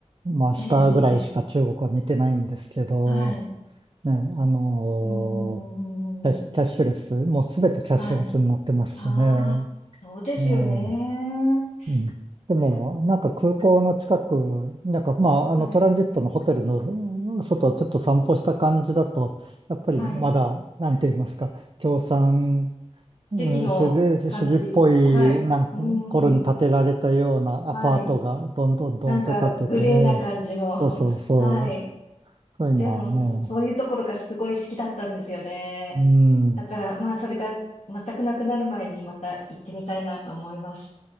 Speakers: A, on the right; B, on the left.
A: まあ、したぐらいしか中国は見てないんですけど、
B: ええ、ええはい。
A: ね、あの
B: うーん。
A: キャッシュキャッシュレス、もうすべてキャッシュレスになってますしね。
B: はい。ああ、そうですよね。
A: ええうん。でも、
B: いや
A: なんか空港の近く、なんかまあ、あのトランジットのホテルの外をちょっと散歩した感じだと、
B: はい。
A: やっぱりまだ、
B: はい。
A: なんて言いますか、共産、うん、
B: 主義の感じ。
A: 主義、主義っぽいなん頃に建てられたようなアパートがどんどんどんって建ってて、
B: はい。うーん。はい。なんか、グレーな感じの。
A: そうそうそ
B: <laughs> はい。
A: う、そういうのはね、
B: でもそ、そういうところがすごい好きだったんですよね。
A: うん。
B: だから、まあ、それが全くなくなる前にまた行ってみたいなと思います。